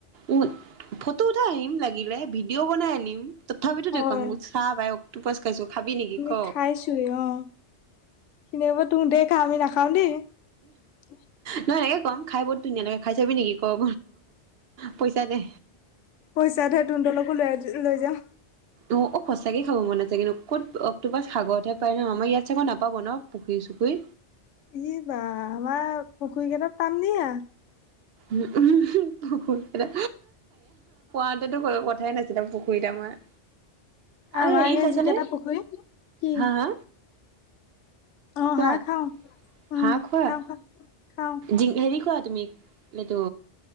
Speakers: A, on the right; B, on the left.
A: উ ফটো উঠাই আহিম লাগিলে ভিডিঅ' বনাই আনিম। তথাপিতো
B: হয়
A: দেখুৱাম চা ভাই অক্টোপাছ খাইছো। খাবি নেকি
B: আমি
A: ক?
B: খাইছোৱে অ খিনিব তু দে কাহ আমি নাখাও দেই। <inaudible>
A: নহয় হে কম খাই বহুত ধুনীয়া লাগে খাই চাবি নেকি ক অ পইচা দে।
B: পইচা দে তহতলৈকো লৈ লৈ যাম।
A: অ অ সঁচাকে খাব মন আছে কিন্তু ক'ত অক্টোপাছ সাগৰতহে পায় ন আমাৰ ইয়াত চাগৈ নাপাব ন পুখুৰী চুখুৰী।
B: ই বা আমাৰ পুখুৰী কেইটাত পাম দিয়া।
A: উম উম <inaudible> <inaudible> পোৱা হেতেন কোনো কথাই নাছিলা পুখুৰীত আমাৰ। আ
B: আমাৰ
A: হেৰি
B: এই
A: খাইছা
B: যিকেইটা
A: নে
B: পুখুৰী কি
A: হা হা।
B: অ
A: কোৱা
B: হাঁহ খাওঁ উম
A: হাঁহ খোৱা
B: খাওঁ খাওঁ খাওঁ
A: যিং হেৰি খোৱা তুমি। এইটো